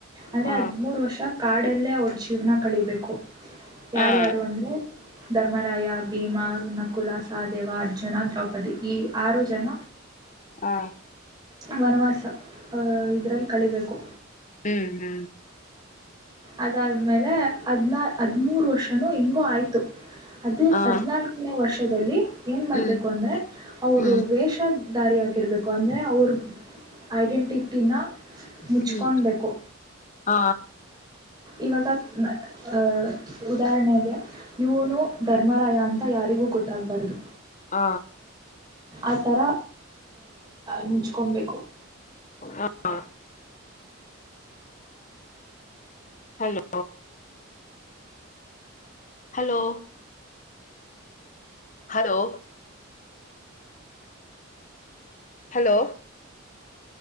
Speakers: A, on the right; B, on the left.
A: ಆದ್ರೆ
B: ಹ
A: ಹದ್ಮೂರ್ ವರ್ಷ ಕಾಡಲ್ಲೇ ಅವ್ರ ಜೀವನ ಕಳಬೇಕು ಯಾರ್ಯಾರು
B: ಹ
A: ಅಂದ್ರೆ ಧರ್ಮರಾಯ ಭೀಮಾ ನಕುಲಾ ಸಹ ದೇವ ಅರ್ಜುನ ದ್ರೌಪದಿ ಈ ಆರು ಜನ
B: ಹಾ
A: ವನವಾಸ ಸ ಇದರಲ್ಲಿ ಕಳಬೇಕು
B: ಹ್ಮ್ ಹ್ಮ್
A: ಅದಾದ್ಮೇಲೆ ಹಾದನರ ಹದಿಮೂರು ವರ್ಷ ನಾನು ಹಿಂಗೂ ಆಯಿತು ಅದು
B: ಹ
A: ಹದನಾಲ್ಕನೇ ವರ್ಷ ದಲ್ಲಿ ಏನು ಮಾಡಬೇಕು
B: ಹ್ಮ್
A: ಅಂದರೆ ಅವರು
B: ಹ್ಮ್
A: ವೇಷ ದಾರಿಯಾಗಿರ ರ್ಬೇಕು ಅಂದರೆ ಅವರು ಐಡೆಂಟಿಟಿನ ಮುಚ್ಕೊಳ್ಬೇಕು
B: ಹ್ಮ್ ಹ
A: ಇವಾಗ ಅಹ ಉದಾಹರಣೆಗೆ ಇವನು ಧರ್ಮರಾಯ ಅಂತ ಯಾರಿಗೂ ಗೊತ್ತಾಗಬಾರ್ದು
B: ಹ
A: ಆಥರ ಮುಚ್ಕೊಬೇಕು
B: ಹಾ hello hello hello hello